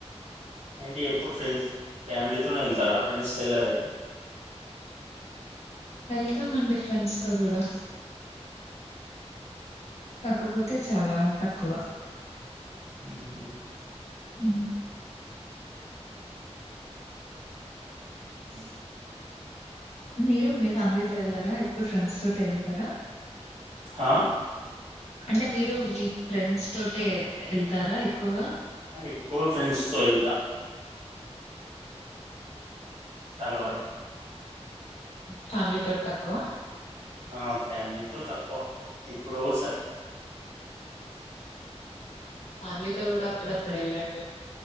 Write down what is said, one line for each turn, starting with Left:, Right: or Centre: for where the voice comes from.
Right: ఏంటి ఎప్పుడు ఫ్రెండ్స్ ఫ్యామిలీతోనే ఎళ్తరా ఫ్రెండ్స్ ఎళ్లారా ఎటు
Left: వెళ్తామండి ఫ్రెండ్స్తో గుడా కాకపోతే చాలా తక్కువ
Right: హ్
Left: ఉ
Right: అ
Left: మీరు మీ ఫ్యామిలీతో ఎల్లరా ప్పుడు ఫ్రెండ్స్తోటే ఎళ్తరా
Right: హ
Left: అంటే మీరు మీ ఫ్రెండ్స్తోటే ఎళ్తారా ఎక్కువగా
Right: ఎక్కువ ఫ్రెండ్స్తో ఎళ్తా చాలా వరకు
Left: ఫ్యామిలీ తోటి తక్కువ
Right: ఆ ఫ్యామిలీతో తక్కువ ఎప్పుడోసార్
Left: ఫ్యామిలీతో గుడా అప్పుడప్పుడ్ ఎళ్ళండి